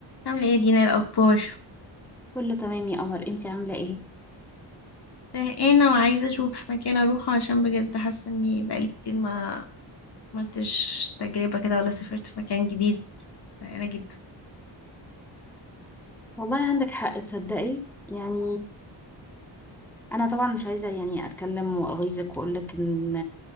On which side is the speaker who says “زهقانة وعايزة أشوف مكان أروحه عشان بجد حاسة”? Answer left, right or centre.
Left